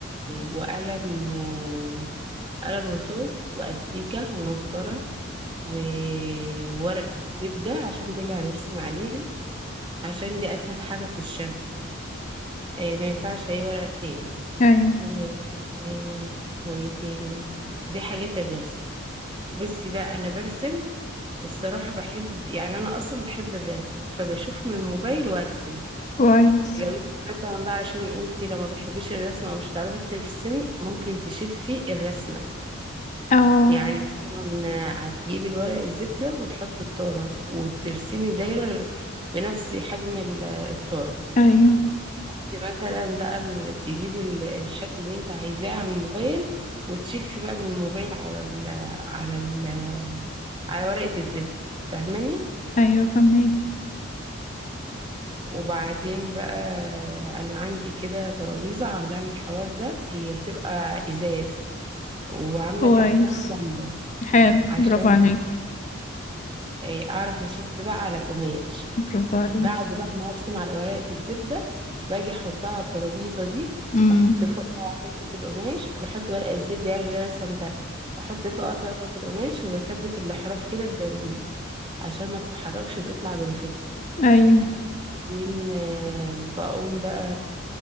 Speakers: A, on the right (about 25°); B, on the left (about 35°).
A: وقلم آه، قلم رصاص وأستيكة ومسطرة و- وورق زبدة عشان دي اللي هنرسم عليها عشان دي أسهل حاجة في الشهر إيه ما ينفعش أي ورق تاني
B: أيوة
A: و... إيه وإيه تاني دي حاجات الرسم بصي بقى أنا برسم الصراحة بحب يعني أنا أصلا بحب الرسم فبشوف من الموبايل وأرسم
B: كويس
A: لو انت مثلا بقى عشان انت لو ما بتحبيش الرسمة ومش هتعرفي ترسمي ممكن تشفي الرسمة
B: اه
A: يعني مثلا هتجيبي الورق الزبدة وتحطي التارة وترسمي دايرة بنفس حجم ال- التارة
B: أيوة
A: انت مثلا بقى ال- تجيبي ال- الشكل اللي انت عايزاه على الموبايل وتشفي بقى من الموبايل على ال على ال على ورقة الزبدة فاهماني
B: أيوة فهمك
A: وبعدين بقى انا عندي كده ترابيزة عاملة لي الحوار ده هي بتبقى ازاز وعاملة
B: كويس
A: تحتها لمبة
B: حلو
A: عشان
B: برافو عليك
A: آه، أعرف أشف بقى على القماش
B: برافو عليك
A: بعد بقى ما أرسم على ورقة الزبدة باجي أحطها على الترابيزة دي
B: امم
A: وأحط فوقها حتة القماش بحط ورق الزبدة يعني اللي أنا رسمتها وأحط فوقها طبقة القماش وبثبت الأحراف كده بدبابيس عشان ما تتحركش وتطلع بالفكرة
B: أيوة
A: وبعدين آه، بقوم بقى